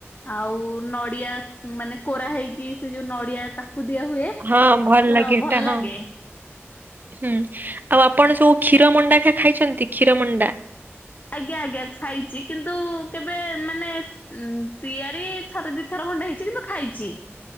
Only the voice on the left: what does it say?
ଆଉ ନଡିଆ ମାନେ କୋରା ହେଇକି ସେ ଯୋଉ ନଡିଆ। କୁଦିଆ ହୁଏ
ତ
ଭଲ
ଲାଗେ।
ଆଜ୍ଞା ଆଜ୍ଞା ଖାଇଛି କିନ୍ତୁ କେବେ ମାନେ ଉଁ ତିଆରି ଥରେ ଦୁଇଥର ଖଣ୍ଡେ ହେଇଛି କିନ୍ତୁ ଖାଇଛି।